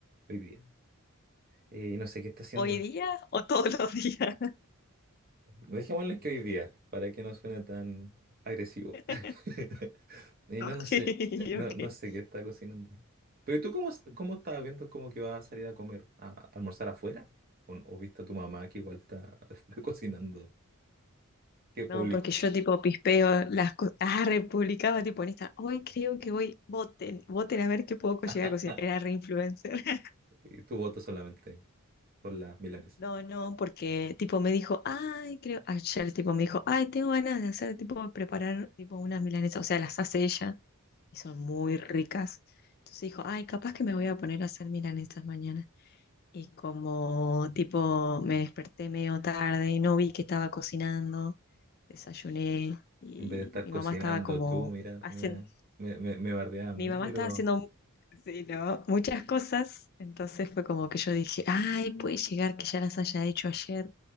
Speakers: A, on the right; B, on the left.
A: hoy día. Eh, Y no sé qué está haciendo.
B: ¿Hoy día o todos los días?
A: Dejémosle que hoy día, para que no suene tan agresivo.
B: <laughs>
A: <laughs> Y
B: Ok,
A: no, no sé, eh, no,
B: ok.
A: no sé qué está cocinando. Pero ¿y tú cómo, cómo estabas viendo como que vas a salir a comer, a, almorzar afuera? ¿O, o viste a tu mamá que igual está, <laughs> está cocinando? ¿Qué público?
B: No, porque yo tipo pispeo las cosas, ah, republicaba tipo en esta, hoy creo que voy voten, voten a ver qué puedo co- llegar
A: Ah,
B: a cocinar, era re influencer. <laughs>
A: y tu voto solamente por las milanesa.
B: No, no, porque tipo me dijo, ay, creo, ayer tipo me dijo, ay, tengo ganas de hacer tipo preparar tipo unas milanesas, o sea, las hace ella y son muy ricas. Entonces dijo, ay, capaz que me voy a poner a hacer milanesas mañana. Y como tipo me desperté medio tarde, no vi que estaba cocinando, desayuné y
A: En vez de estar
B: mi
A: cocinando
B: mamá estaba como
A: tú, mira,
B: haciendo,
A: mira, me, me, me bardea a mí,
B: mi mamá
A: pero...
B: estaba haciendo mu- sí, ¿no? muchas cosas, entonces fue como que yo dije, ay, puede llegar que ya las haya hecho ayer,